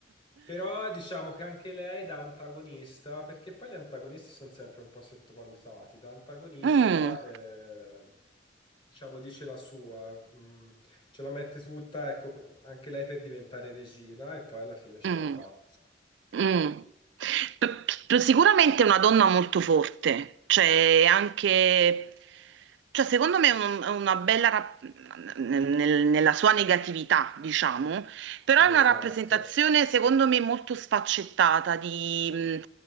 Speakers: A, on the left (about 30°); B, on the right (about 65°).
A: Però diciamo che anche lei da antagonista, perché poi gli antagonisti sono sempre un po' sottovalutati, da antagonista,
B: Mm,
A: eh, diciamo, dice la sua, mm, ce la mette tutta, ecco, anche lei per diventare regina e poi alla fine ce
B: mm.
A: la fa.
B: Mm. P- p- sicuramente è una donna molto forte, cioè anche, cioè secondo me è un- è una bella, rap- nel- nella sua negatività, diciamo, però
A: Sì,
B: è
A: esatto.
B: una rappresentazione secondo me molto sfaccettata di, mh,